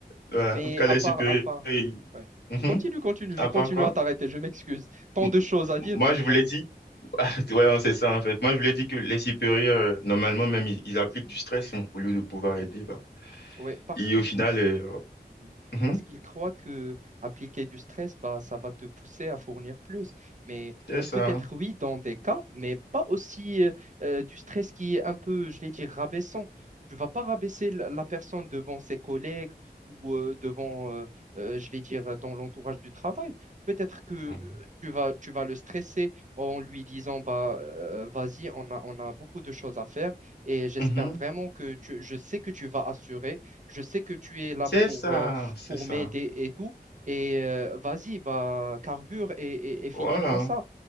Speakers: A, on the left; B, on the right.
A: ouais,
B: Mais
A: en tout cas, les
B: à part,
A: supérieurs,
B: à part,
A: ils-
B: ouais.
A: Mhm.
B: Continue, continue,
A: À
B: je continue
A: part quoi?
B: à t'arrêter, je m'excuse. Tant
A: M-
B: de choses à dire,
A: Moi,
B: je pense.
A: je vous l'ai dit. <laughs> Ah,
B: <laughs>
A: Ouais, c'est ça, en fait. Moi, je vous l'ai dit que les supérieurs, euh, normalement, même, ils, ils appliquent du stress, hein, au lieu de pouvoir aider, bah.
B: Ouais, parce
A: Et
B: qu'il
A: au final, euh,
B: Mm.
A: mhm,
B: Parce qu'ils croient que appliquer du stress, bah, ça va te pousser à fournir plus. Mais
A: c'est
B: euh,
A: ça.
B: peut-être oui, dans des cas, mais pas aussi euh, euh, du stress qui est un peu, je vais dire, rabaissant. Tu vas pas rabaisser la, la personne devant ses collègues ou euh, devant, euh, euh, je vais dire, dans l'entourage du travail. Peut-être que euh,
A: Mhm.
B: tu vas, tu vas le stresser en lui disant, bah, euh, vas-y, on a, on a beaucoup de choses à faire et j'espère
A: Mhm.
B: vraiment que tu, je sais que tu vas assurer. Je sais que tu es là
A: C'est
B: pour,
A: ça,
B: euh,
A: c'est
B: pour
A: ça.
B: m'aider et tout. Et euh, vas-y, bah, carbure et, et- et finis-moi
A: Voilà.
B: ça.